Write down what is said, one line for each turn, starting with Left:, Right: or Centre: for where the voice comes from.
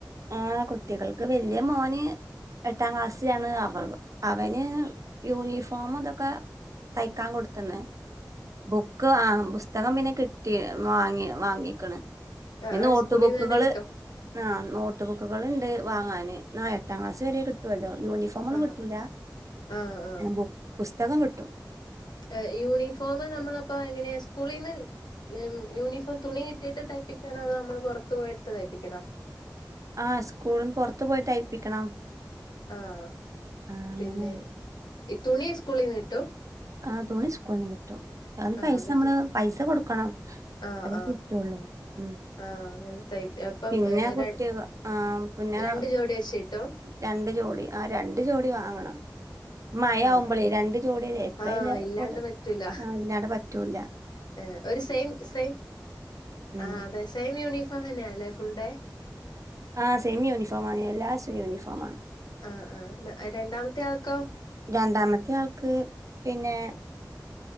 Right: ആഹ് കുട്ടികൾക്ക് വെല്ല്യ മോന് എട്ടാ ക്ലാസ്സിലാന്ന് അവള് അവന് യൂനീഫോമും ഇതൊക്കെ തയ്ക്കാൻ കൊട്ത്ത്ന്ന് ബുക്ക് ആഹ് പുസ്തകം പിന്നെ കിട്ടി വാങ്ങി വാങ്ങിക്ക്‌ണ്
Left: ആഹ്
Right: ഈ
Left: അവിടെ
Right: നോട്ട്
Left: സ്കൂളീന്ന്
Right: ബുക്ക്കള്
Left: തന്നെ കിട്ടോ?
Right: ആഹ് നോട്ട് ബുക്കുകള്ണ്ട് വാങ്ങാന് ന്നാ എട്ടാ ക്ലാസ് വരെ കിട്ടോല്ലോ യൂണി ഫോമൊന്നും
Left: ആഹ്
Right: കിട്ടൂല
Left: ആഹ് ആഹ് ആഹ്
Right: ഏഹ് പു പുസ്തകം കിട്ടും
Left: ഏഹ് യൂണിഫോമ് നമ്മള് അപ്പോ എങ്ങനെയാ സ്കൂളീന്ന് ഉം യൂണിഫോം തുണി കിട്ടീട്ട് തയ്പ്പിക്കാണോ അതോ അമ്മള് പൊറത്ത് പോയിട്ത്ത് തയ്പ്പിക്കണോ
Right: ആഹ് സ്കൂള്ന്ന് പൊറത്ത് പോയി തയ്പ്പിക്കണം
Left: ആഹ്
Right: ആ അങ്ങനെയാണ്
Left: പിന്നെ ഈ തുണി സ്കൂളിന്ന് കിട്ടും
Right: ആഹ് തുണി സ്കൂളിന്ന് കി ട്ടും ആദ്യം
Left: ആഹ്
Right: പൈസ
Left: എന്നിട്ട്
Right: അമ്മള് പൈസ കൊടുക്കണം
Left: ആഹ്
Right: അല്ലെങ്കി
Left: ആഹ്
Right: കിട്ടൊള്ളു ഉം
Left: ആഹ് അങ്ങനെ തയ് അപ്പം
Right: പിന്നെ
Left: ഏഹ്
Right: കുട്ടിക
Left: ര
Right: ആ പിന്നെ
Left: രണ്ട് ജോഡി വെച്ച് കിട്ടും
Right: രണ്ട് ജോഡി ആഹ് രണ്ട് ജോഡി വാങ്ങണം മഴയാവുമ്പളേ
Left: ആഹ് ആഹ്
Right: രണ്ട് ജോഡില്ലേ ഇപ്പയെല്ല
Left: ആഹ് ഇല്ലാണ്ട്
Right: ഇപ്പത്
Left: പറ്റൂല
Right: ആഹ് ഇല്ലാണ്ടെ പറ്റൂല
Left: ഏഹ് ഒരു സെയിം സെയിം
Right: ഉം
Left: ആഹ് അതെ സെയിം യൂനിഫോമെന്നാല്ലേ ഫുൾ ഡേ
Right: ആഹ് സെയിം യൂനിഫോമാണ് എല്ലാസും യൂനിഫോമാ
Left: ആഹ് ആഹ് മേ ഏഹ് രണ്ടാമത്തെയാൾക്കോ
Right: രണ്ടാമത്തെയാൾക്ക് പിന്നെ